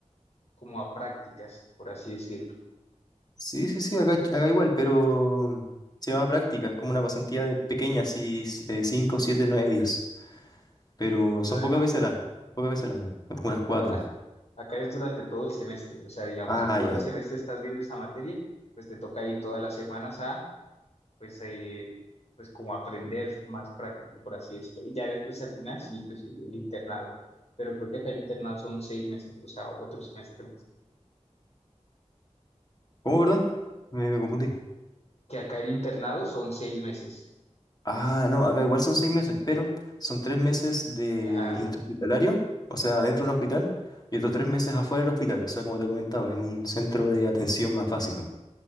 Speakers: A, on the left; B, on the left.
A: como a prácticas, por así decirlo.
B: Sí, sí, sí, acá, acá igual, pero se llama práctica, es como una pasantía de pequeña, así 5, 7, 9 días. Pero
A: <laughs> No,
B: son pocas veces al año, pocas veces al año, son como unas cuatro.
A: no, a- acá es durante todo el semestre, o sea, digamos,
B: Ah,
A: en todo
B: ya.
A: el semestre estás viendo esa materia, pues te toca ir todas las semanas a, pues, eh, pues como aprender más práctico, por así decirlo. Y ya después al final sí, pues el el internado. Pero creo que acá el internado son seis meses, o sea, otro semestre más.
B: ¿Cómo, perdón? Me, me confundí.
A: Que acá el internado son seis meses.
B: Ah, no, acá igual son seis meses, pero son tres meses de
A: Ah,
B: interhospitalario, o sea, dentro de un hospital, y otros tres meses afuera del hospital, o sea, como te comentaba, en un centro de atención más básico.